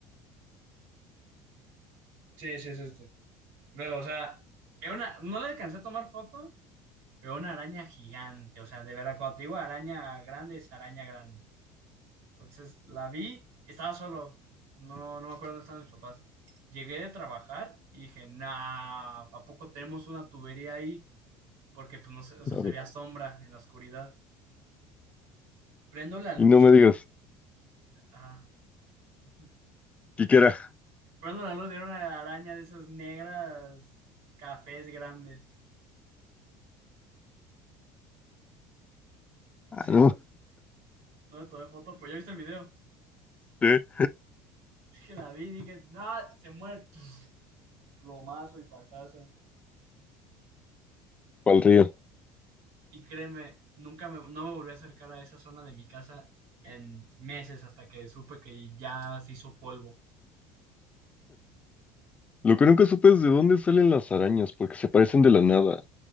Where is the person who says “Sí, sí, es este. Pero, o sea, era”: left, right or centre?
Right